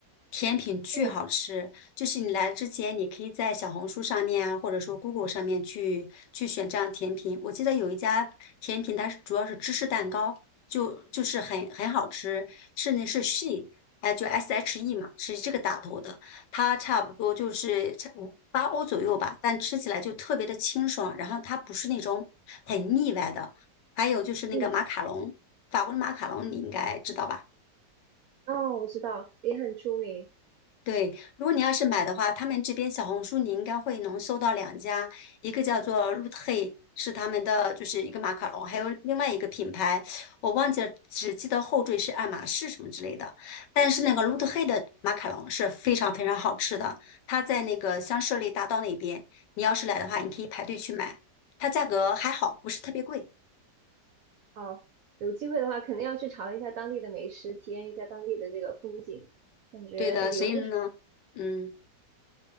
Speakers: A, on the left (about 80°); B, on the right (about 70°).
A: 甜品巨好吃，
B: 嗯
A: 就是你来之前，你可以在小红书上面啊，或者说 Google 上面去去选这样甜品。我记得有一家甜品，它是主要是芝士蛋糕，就就是很很好吃，是那是 She，哎，就 S H E 嘛，是这个打头的，它差不多就是差五八欧左右吧，但吃起来就特别的清爽，然后它不是那种很腻歪的。还有就是那个马卡龙，
B: 嗯，
A: 法国的马卡龙你应该知道吧？
B: 哦，我知道，也很出名。
A: 对，如果你要是买的话，他们这边小红书你应该会能搜到两家，一个叫做 Root h 露特，是他们的就是一个马卡龙，还有另外一个品牌，我忘记了，只记得后缀是爱马仕什么之类的。但是那个 Root h 露特的马卡龙是非常非常好吃的，它在那个香榭丽大道那边，你要是来的话，你可以排队去买，它价格还好，不是特别贵。
B: 好，有机会的话，肯定要去尝一下当地的美食，体验一下当地的这个风景，感觉旅游就是
A: 对的，所以呢，嗯。